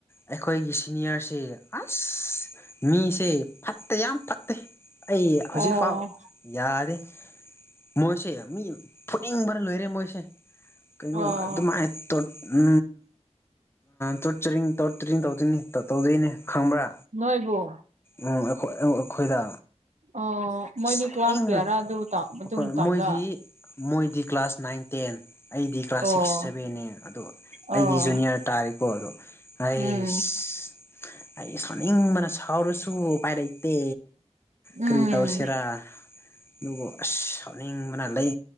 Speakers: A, on the left; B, on the right.
A: ꯑꯩꯈꯣꯏꯒꯤ ꯁꯤꯅꯤꯌꯔꯁꯦ ꯑꯁ ꯃꯤꯁꯦ ꯑꯩ ꯐꯠꯇꯦ ꯌꯥꯝ ꯐꯠꯇꯦ ꯑꯩ ꯍꯧꯖꯤꯛ
B: ꯑꯣ
A: ꯐꯥꯎ ꯌꯥꯔꯦ ꯃꯣꯏꯁꯦ ꯃꯤ ꯐꯨꯅꯤꯡꯕꯅ ꯂꯣꯏꯔꯦ ꯃꯣꯏꯁꯦ ꯀꯩꯅꯣ
B: ꯑꯣ
A: ꯑꯗꯨꯃꯥꯏ ꯎ ꯇꯣꯔꯆꯔꯤꯡ ꯇꯔ ꯇ꯭ꯔꯤꯅꯤ ꯇꯧꯗꯣꯏꯅꯤ ꯇ ꯇꯧꯗꯣꯏꯅꯦ ꯈꯪꯕ꯭ꯔꯥ
B: ꯅꯣꯏꯕꯨ
A: ꯑꯩꯈꯣꯏꯗ
B: ꯑꯣ ꯃꯣꯏꯗꯤ
A: ꯁꯥꯎꯅꯤꯡꯉ
B: ꯀ꯭ꯂꯥꯁ ꯀꯤꯌꯥꯔꯥ ꯑꯗꯨ ꯃꯇꯨꯡ
A: ꯑꯩꯈꯣꯏ
B: ꯇꯥꯎꯗ
A: ꯃꯣꯏꯗꯤ ꯃꯣꯏꯗꯤ ꯀ꯭ꯂꯥꯁ ꯅꯥꯏꯟ ꯇꯦꯟ ꯑꯩꯗꯤ ꯀ꯭ꯂꯥꯁ
B: ꯑꯣ
A: ꯁꯤꯛꯁ ꯁꯚꯦꯟꯅꯦ ꯑꯗꯣ
B: ꯑꯣ
A: ꯑꯩꯗꯤ ꯖꯨꯅꯤꯌꯔ ꯇꯥꯔꯦꯀꯣ ꯑꯗꯣ ꯑꯩꯁ
B: ꯎꯝ
A: ꯑꯩ ꯁꯥꯎꯅꯤꯡꯕꯅ ꯁꯥꯎꯔꯁꯨ ꯄꯥꯏꯔꯩꯇꯦ ꯀꯔꯤ
B: ꯎꯝ
A: ꯇꯧꯁꯤꯔꯥ ꯑꯗꯨꯕꯨ ꯑꯁ ꯁꯥꯎꯅꯤꯡꯕꯅ ꯂꯩ